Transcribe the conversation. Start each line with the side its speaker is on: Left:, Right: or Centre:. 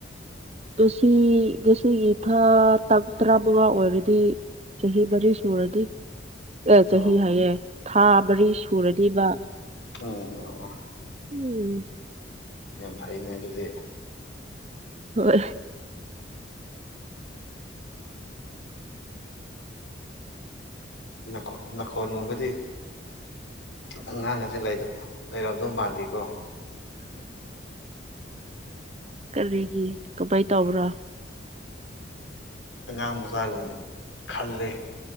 Right: ꯉꯁꯤ ꯉꯁꯤꯒꯤ ꯊꯥ ꯇꯥꯡ ꯇꯔꯥꯃꯉꯥ ꯑꯣꯏꯔꯗꯤ ꯆꯍꯤ ꯃꯔꯤ ꯁꯨꯔꯅꯤ ꯑꯦ ꯆꯍꯤ
Left: ꯑꯣ
Right: ꯍꯥꯏꯌꯦ
Left: ꯑꯣ
Right: ꯊꯥ ꯃꯔꯤ ꯁꯨꯔꯅꯤꯕ
Left: ꯑꯣ ꯑꯣ ꯑꯣ
Right: ꯎꯝ
Left: ꯌꯥꯝ ꯐꯩꯅꯦ ꯑꯗꯨꯗꯤ
Right: ꯍꯣꯢ
Left: ꯅ ꯅꯈꯣꯟꯒꯨꯕꯗꯤ ꯑꯉꯥꯡ ꯑꯁꯦ ꯂꯩꯗ ꯂꯩꯔꯝꯗꯧ ꯃꯥꯥꯟꯗꯦꯀꯣ
Right: ꯀꯔꯤꯒꯤ ꯀꯃꯥꯏ ꯇꯧꯕ꯭ꯔꯥ
Left: ꯑꯉꯥꯡ ꯃꯆꯥꯒꯨꯝ ꯈꯜꯂꯦ